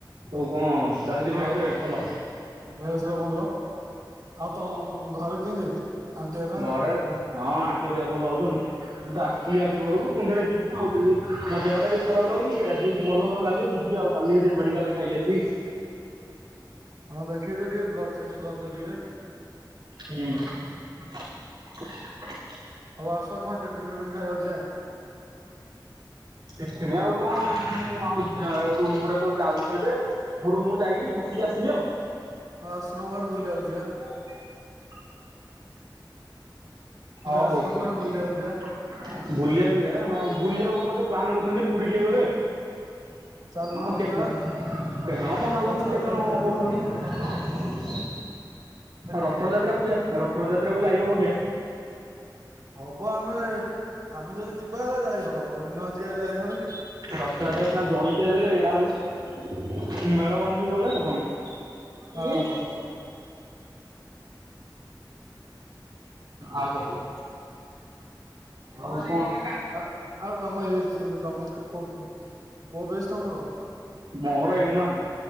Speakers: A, on the right; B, on the right.
A: ଆଉ କଣ? ଚାଲିଛି ମେସ୍
B: ଆଉ
A: ରେ ଭଲ
B: ଭେସ ରେ ଭଲ ଆଉ ତମ ଘରେ କେମିତି? ଆଣ୍ଟି ହେରା
A: ଘରେ ହଁ ଆଣ୍ଟି ଘରିକା ଭଲ ଅଉଛନ୍ତି। ମୁଁ ଆସିଲି ଆଜି ଘରକୁ ପୁଣି ଥରେ ଯ ଆଉ ମୋ ଦେହ ଟିକେ ଖରାପ ଲାଗୁି ଆଜି ଯଦି ଭଲ ନ ଲାଗିଲେ ଯିବି ଆଉ କାଲି ଟିକେ ମେଡିକାଲ। ଖାଇଅଛି।
B: ହଁ ଦେଖେଇଦେ ଟିକେ ବ୍ଲଡ ଟେଷ୍ଟ କରିଦେ ଟିକେ
A: ହୁଁ <inaudible>
B: ହଉ ଆସ କଣ ଟିକେ ଟିଫିନ ଫିପିନ ଖାଇବାକୁ ଯିବା।
A: ଟିଫିନ ଆଉ କଣ ମୁଁ ଆଉ ରୁମ ରେ ତ ଯାଉଛି। ଏବେରୁମ ଯାଇକି ବସିକି ଆସିବି ଆଉ
B: ମାଆ ଆଶ୍ରମ ଆଡେ ବୁଲି ଯାଉଛି ଆଁ
A: <inaudible>
B: କହିଲି
A: ହଉ
B: ଆସୁନ
A: ହଉ ବୁଲିବାକୁ
B: କୁଆଡେ ବୁଲିବାକୁ ଯିବା।
A: ଯିବା ହଁ ବୁଲିବାକୁ ସମସ୍ତେ ପ୍ଲାନ୍ କରୁଛନ୍ତି ପୁରୀ ଯିବୁ ଏବେ
B: ଚାଲୁନ
A: ହଁ
B: ଯିବା
A: କେତେ କେତେ ଜଣ ମନା
B: ରଥଯାତ୍ରାକୁ
A: କରୁଛନ୍ତି କେତେ ଜଣ ହଁ କରୁଛନ୍ତି।
B: ଯିବା
A: ରଥଯାତ୍ରା କୁ ଯା ରଥଯାତ୍ରା କୁ ଯାଇ ହବକି ଆ
B: ହବ ଆମେ ଆମେ ଯଦି ଯିବା ହେଲେ ଯାଇ ହବ ଯଦି ନ ଯିବା ହେଲେ ଯାଇ ହବ କି?
A: ରଥଯାତ୍ରା ସନା ଜଣିକି ଆସିଲେ ଆଉ ମେଳ ବାନ୍ଧିବି ଗଲେ ହବନି।
B: ଓହୋ
A: ଏଇ ଆଉ କଣ ଆଉ କଣ?
B: ଆ ଆଉ ତମ ତମ କୋଉ ବେଶ ତମର?
A: ମୋର ଏନ୍‌ ୱାନ।